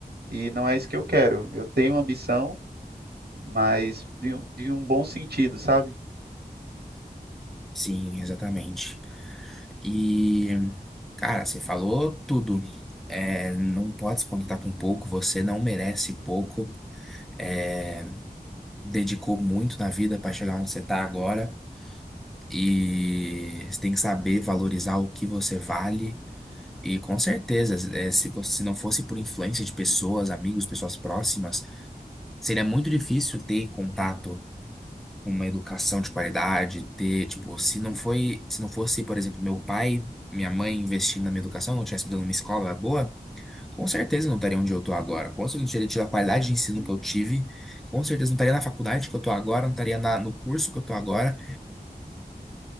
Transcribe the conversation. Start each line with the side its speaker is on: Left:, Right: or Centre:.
Right: E não é isso que eu quero. Eu tenho ambição, mas de um, de um bom sentido, sabe?
Centre: Sim, exatamente. E, cara, você falou tudo. É, não pode se contentar com pouco, você não merece pouco. É, Dedicou muito na vida para chegar onde você tá agora. E você tem que saber valorizar o que você vale. E com certeza, é, se você se não fosse por influência de pessoas, amigos, pessoas próximas, seria muito difícil ter contato com uma educação de qualidade, ter, tipo, se não foi, se não fosse, por exemplo, meu pai, minha mãe investindo na minha educação, não tivesse me dado uma escola boa. Com certeza não estaria onde eu estou agora. Com certeza não teria tido a qualidade de ensino que eu tive. Com certeza não estaria na faculdade que eu estou agora, não estaria na- no curso que eu estou agora.